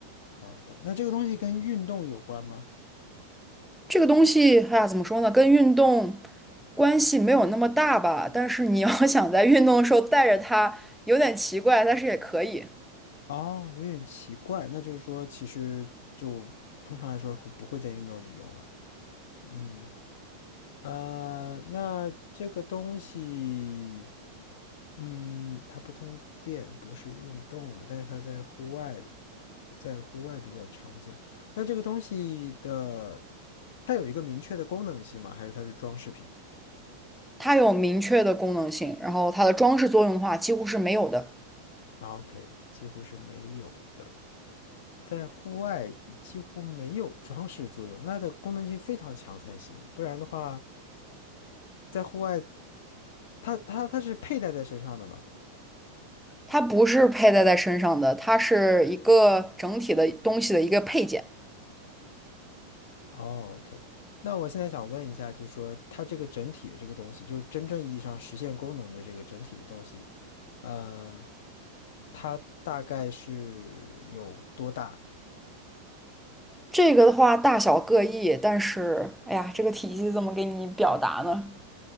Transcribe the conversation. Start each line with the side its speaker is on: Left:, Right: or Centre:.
Left: 好的。那这个东西跟运动有关吗？
Centre: 这个东西，哎呀，怎么说呢？跟运动关系没有那么大吧，但是你要想在运动的时候带着它，有点奇怪，但是也可以。
Left: 哦，有点奇怪，那就是说，其实就通常来说会不会在运动里用了？嗯，呃，那这个东西，嗯，它不通电，不是运动的，但是它在户外，在户外比较常见。那这个东西的，它有一个明确的功能性吗？还是它是装饰品
Centre: 它有明确的功能性，然后它的装饰作用的话几乎是没有的。
Left: 啊？OK，几乎是没有的。在户外几乎没有装饰作用，那的功能性非常强才行，不然的话，在户外，它它它是佩戴在身上的嘛？
Centre: 它不是佩戴在身上的，它是一个整体的东西的一个配件。
Left: 哦，OK，那我现在想问一下，就是说它这个整体的这个东西，就是真正意义上实现功能的这个整体的东西，呃，它大概是有多大？
Centre: 这个的话大小各异，但是哎呀，这个体积怎么给你表达呢？